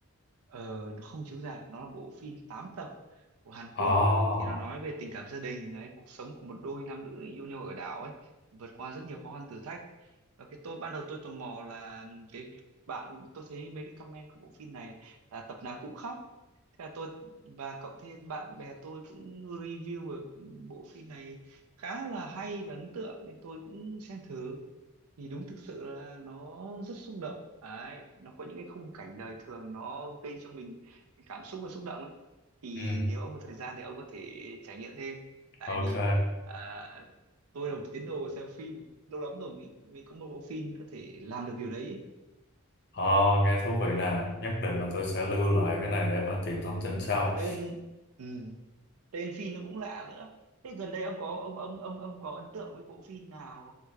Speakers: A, on the right; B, on the left.
A: ờ, nó không chiếu rạp nó là bộ phim 8 tập của Hàn
B: à,
A: Quốc thì nó nói về tình cảm gia đình ấy, cuộc sống của một đôi nam nữ yêu nhau ở đảo ấy vượt qua rất nhiều khó khăn thử thách và cái tôi ban đầu tôi tò mò là cái bạn tôi thấy mấy cái comment của bộ phim này là tập nào cũng khóc thế là tôi và cộng thêm bạn bè tôi cũng review về bộ phim này khá là hay và ấn tượng nên tôi cũng xem thử thì đúng thực sự là nó rất xúc động đấy nó có những cái khung cảnh đời thường nó gây cho mình cái cảm xúc và xúc động ấy thì
B: ừ,
A: nếu ông có thời gian thì ông có thể trải nghiệm thêm tại
B: ok
A: vì à, tôi là một tín đồ xem phim lâu lắm rồi mới, mới có một bộ phim có thể làm được điều đấy ấy.
B: Ờ, nghe thú vị nè nhất định là tôi sẽ lưu lại cái này để mà tìm thông tin
A: ừ.
B: sau
A: tên ừ. tên phim nó cũng lạ nữa thế gần đây ông có ông ông ông ông có ấn tượng với bộ phim nào